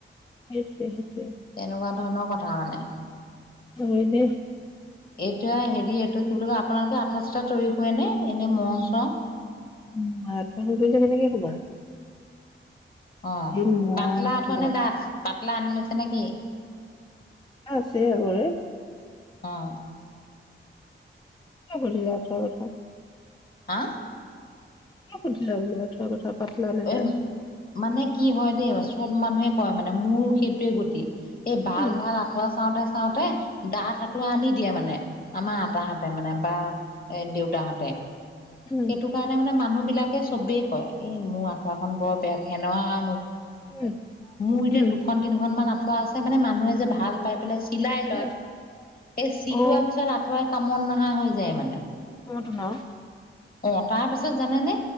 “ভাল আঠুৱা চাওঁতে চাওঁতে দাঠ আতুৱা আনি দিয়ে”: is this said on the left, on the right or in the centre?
Left